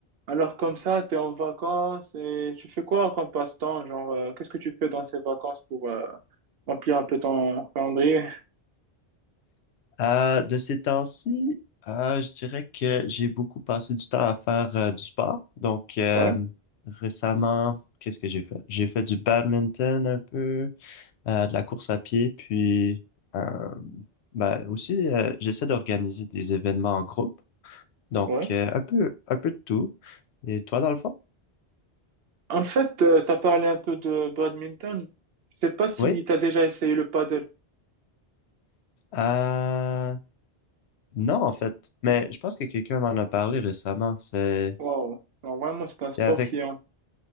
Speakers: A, on the right; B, on the left.
A: Alors comme ça, tu es en vacances et tu fais quoi comme passe-temps? Genre, euh, qu'est-ce que tu fais dans ces vacances pour euh, remplir un peu ton calendrier?
B: Euh, de ces temps-ci, euh, je dirais que j'ai beaucoup passé du temps à faire euh, du sport. Donc, euh,
A: Ouais,
B: récemment, qu'est-ce que j'ai fait? J'ai fait du badminton un peu, euh, de la course à pied, puis euh, ben, aussi, euh, j'essaie d'organiser des événements en groupe. Donc,
A: ouais.
B: euh, un peu, un peu de tout. Et toi, dans le fond?
A: En fait, tu as parlé un peu de badminton. Je sais pas si
B: Oui?
A: tu as déjà essayé le paddle.
B: Euh, non, en fait. Mais je pense que quelqu'un m'en a parlé récemment. C'est
A: Wow. Non, vraiment, c'est un sport
B: c'est avec,
A: qui est, en-